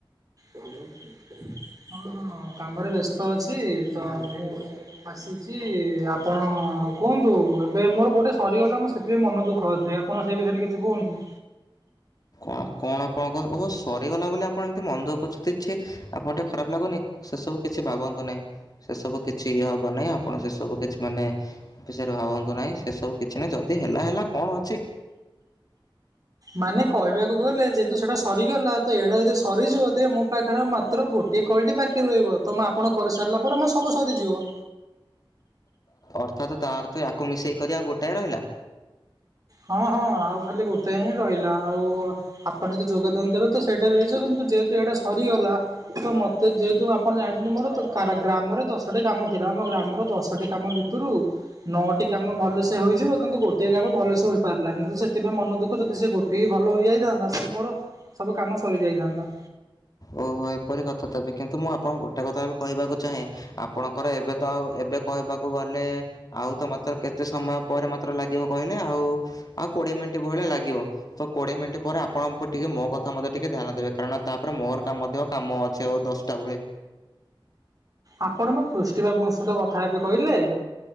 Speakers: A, on the right (about 40°); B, on the left (about 45°).
A: ହଁ ହଁ, କାମରେ ବ୍ୟସ୍ତ ଅଛି ତ ମୁଁ ଆସିଛି ଆପଣ କୁହନ୍ତୁ ଏବେ ମୋର ଗୋଟେ ସରିଗଲା ମୁଁ ସେଥିପାଇଁ ମନ ଦୁଃଖ ଅଛି। ଆପଣ ସେ ବିଷୟରେ କିଛି କୁହନ୍ତୁ।
B: ହଁ କଣ ଆପଣଙ୍କ ଓହ ସରିଗଲା ବୋଲି ଆପଣ ଏମିତି ମନ ଦୁଃଖ କରୁଛନ୍ତି, ଛି ଆପଣ ଟିକେ ଖରାପ ଲାଗୁନି। ସେ ସବୁ କିଛି ଭାବନ୍ତୁ ନାହିଁ ସେ ସବୁ କିଛି ଇଏ ହବ ନାହିଁ ଆପଣ ସେ ସବୁ କିଛି ମାନେ ବିଷୟରେ ଭାବନ୍ତୁ ନାହିଁ ସେ ସବୁ କିଛି ନାହିଁ ଯଦି ହେଲା ହେଲା କଣ ଅଛି।
A: ମାନେ କହିବାକୁ ଗଲେ ଯେହେତୁ ସେଟା ସରିଗଲା ତ ଏଇଟା ଯଦି ସରିଯିବ ତେ ମୋ ପାଖରେ ମାତ୍ର ଗୋଟେ ଇଏ କଲଟି ବାକି ରହିବ ତମ ଆପଣ କରିସାରିଲା ପରେ ମୋ ସବୁ ସରିଯିବ।
B: ଅର୍ଥାତ୍ ତା ଅର୍ଥୟାକୁ ମିଶେଇକ କରି ଆଉ ଗୋଟାଏ ରହିଲା?
A: ହଁ ହଁ ଆଉ ଖାଲି ଗୋଟେ ହିଁ ରହିଲା ଆଉ ଆପଣ ଯଦି ଯୋଗଦାନ ଦେବେ ତ ସେଇଟା ବି ହେଇଯିବ କିନ୍ତୁ ଯେହେତୁ ଏଇଟା ସରିଗଲା। ତ ମତେ ଯେହେତୁ ଆପଣ ଜାଣିଛନ୍ତି ମୋର ତ ଗ୍ରାମରେ ଦଶଟି କାମ ଥିଲା ଆମ ଗ୍ରାମର ଦଶଟି କାମ ଭିତରେ ଟ୍ରୁ ନଅଟି କାମ ଭଲସେ ହୋଇଯିବ କିନ୍ତୁ ଗୋଟେ ସେ କାମ ଭଲସେ ହୋଇପାରିଲାନି କିନ୍ତୁ ସେଥିପାଇଁ ମନ ଦୁଃଖ ଯଦି ସେ ଗୋଟିଏ ବି ଭଲ ହେଇଯାଇଥାନ୍ତା ତ ମୋର ସବୁ କାମ ସରିଯାଇଥାନ୍ତା।
B: ଓହୋ ଏପରି କଥା ତବେ କିନ୍ତୁ ମୁଁ ଆପଣଙ୍କୁ ଗୋଟେ କଥା କହିବାକୁ ଚାହେଁ ଆପଣ ଆପଣଙ୍କର ଏବେ ତ ଆଉ ଏବେ କହିବାକୁ ଗଲେ ଆଉ ତ ମାତ୍ର କେତେ ସମୟ ପରେ ମ ମାତ୍ର ଲାଗିବ କହିଲେ ଆଉ, ଆଉ କୋଡ଼ିଏ ମିନିଟ୍ ଭଳିଆ ଲାଗିବ ତ କୋଡ଼ିଏ ମିନିଟ୍ ପରେ ଆପ ପଣଙ୍କୁ ଟିକେ ମୋ କଥା ମଧ୍ୟ ଟିକେ ଧ୍ୟାନ ଦେବେ କାରଣ ତାପରେ ମୋର ଟା ମଧ୍ୟ କାମ ଅଛି ଆଉ ଦଶଟା ଭଳି।
A: ଆପଣ ବା ପୃଷ୍ଟି ବାବୁଙ୍କ ସହିତ କଥା ହେବେ କହିଲେ।